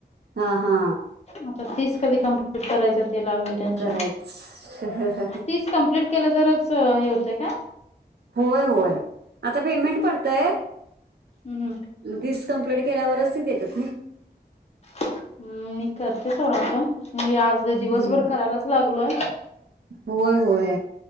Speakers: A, on the right; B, on the left.
A: हा, हा.
B: आता तीस कधी कम्प्लीट करायचं? ते लागले टेनशन.
A: करायच
B: तीस कम्प्लीट केलं तरच हे होते काय?
A: होय, होय. आता पेमेंट पडतय
B: हम्म
A: तीस कंप्लीट केल्यावरच ते देत्यात.
B: हम्. मी करते सोडा आता मी आज
A: हम्म
B: दिवसभर करायलाच लागलोय.
A: होय होय